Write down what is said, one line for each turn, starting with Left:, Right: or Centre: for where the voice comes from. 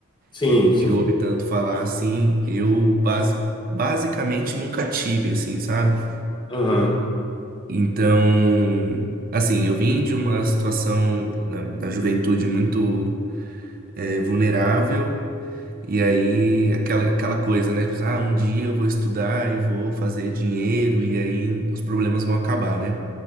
Left: Sim,
Right: Que a gente
Left: sim.
Right: ouve tanto falar assim, eu bas basicamente nunca tive, assim, sabe?
Left: Aham,
Right: Então, assim, eu vim de uma situação da, da juventude muito eh, vulnerável. E aí, aquela, aquela coisa, né? Tipo, ah, um dia eu vou estudar e vou fazer dinheiro, e aí os problemas vão acabar, né?